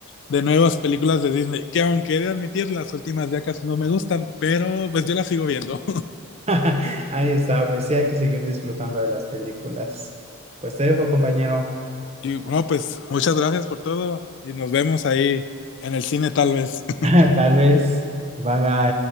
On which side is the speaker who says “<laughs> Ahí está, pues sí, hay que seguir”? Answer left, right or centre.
Right